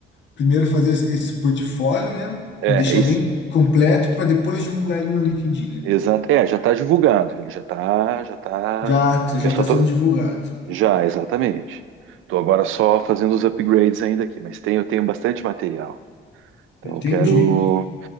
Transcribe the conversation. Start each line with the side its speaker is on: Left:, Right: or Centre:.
Left: primeiro fazer esse esse portfólio, né?
Right: É,
Left: Deixar
Right: isso.
Left: bem completo para depois divulgar ele no LinkedIn.
Right: Exato. É, já tá divulgado. Ele já tá, já tá.
Left: Já, já
Right: Eu só
Left: está
Right: tô,
Left: sendo divulgado.
Right: Já, exatamente. Estou agora só fazendo os upgrades ainda aqui, mas tenho, eu tenho bastante material. Então
Left: Entendi.
Right: eu quero.